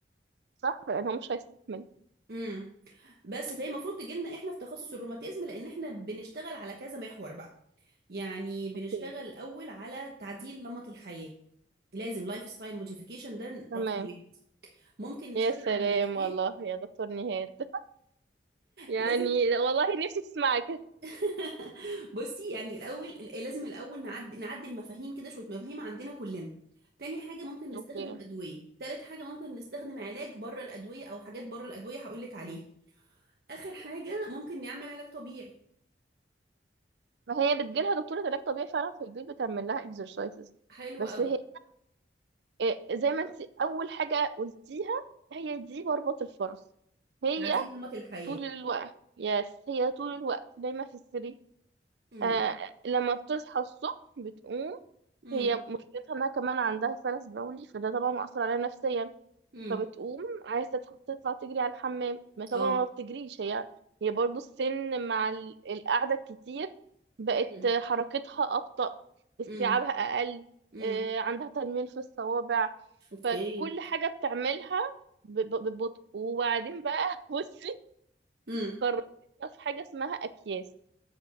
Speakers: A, on the right (about 75°); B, on the right (about 60°).
A: صح لأنه مش هيستحمل
B: امم بس فهي المفروض تجي لنا احنا في تخصص الروماتيزم لان احنا بنشتغل على كذا محور بقى يعني بنشتغل
A: اوكي
B: الاول على تعديل نمط الحياة لازم لايف ستايل موديفيكيشن ده
A: تمام
B: رقم واحد ممكن نشتغل
A: يا سلام
B: على العلاجات
A: والله يا دكتور نهاد <laughs> يعني
B: لازم
A: لا والله نفسي تسمعك
B: <laughs> بصي يعني الاول لازم الاول نعدي نعدي المفاهيم كده شويه مفاهيم عندنا كلنا تاني حاجه ممكن نستخدم
A: اوكي
B: ادويه تالت حاجه ممكن نستخدم علاج بره الادويه او حاجات بره الادويه هقول لك عليها اخر حاجه ممكن نعمل علاج طبيعي
A: ما هي بتجيلها دكتورة علاج طبيعي فعلا في البيت بتعمل لها اكسرسايزز
B: حلو
A: بس
B: قوي
A: هي إيه، زي ما انت اول حاجة قلتيها هي دي مربط الفرس هي
B: تعديل نمط الحياة
A: طول الوقت يس هي طول الوقت دايما في السرير
B: امم
A: آه لما بتصحى الصبح بتقوم
B: امم
A: هي مشكلتها انها كمان عندها سلس بولي فده طبعا مأثر عليها نفسيا
B: امم
A: فبتقوم عايزة تت- تطلع تجري على الحمام ما طبعا
B: اه
A: ما بتجريش هي هي برضو السن مع ال- القعدة الكتير بقت
B: امم
A: حركتها أبطأ استيعابها
B: امم
A: أقل
B: امم
A: آه، عندها تنميل في الصوابع
B: اوكي
A: فكل حاجة بتعملها ب- ب- ببطء وبعدين بقى <laughs> بصي
B: امم
A: قررت في حاجة اسمها أكياس